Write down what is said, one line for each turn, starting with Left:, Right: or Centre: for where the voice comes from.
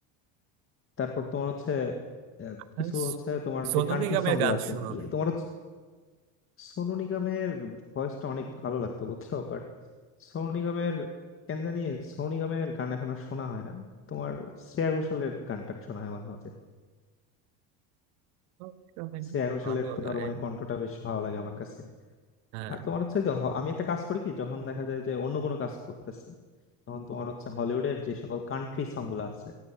Left: তারপর তোমার হচ্ছে আহ, কিছু
Right: আর
Left: হচ্ছে
Right: সো-
Left: তোমার
Right: সোনু
Left: যে কান্ট্রি
Right: নিগমের
Left: সং গুলো
Right: গান
Left: আছে
Right: শুনো
Left: ই-
Right: নাকি
Left: তোমার সোনু নিগমের ভয়েসটা অনেক ভালো লাগতো বুঝছো বাট সোনু নিগমের কেন জানি সোনু নিগমের গান এখন আর শোনা হয় না তোমার শ্রেয়া ঘোষালের গানটা শোনা হয় মাঝে মাঝে
Right: ও, সে অনেক
Left: শ্রেয়া ঘোষালের
Right: ভালো
Left: তো
Right: গায়
Left: ধরো মানে কণ্ঠটা বেশ ভালো লাগে আমার কাছে
Right: হ্যাঁ
Left: আর তোমার হচ্ছে যে হ- আমি একটা কাজ করি কি যখন দেখা যায় যে অন্য কোনো কাজ করতেছি তখন তোমার হচ্ছে হলিউডের যে সকল কান্ট্রি সং গুলো আছে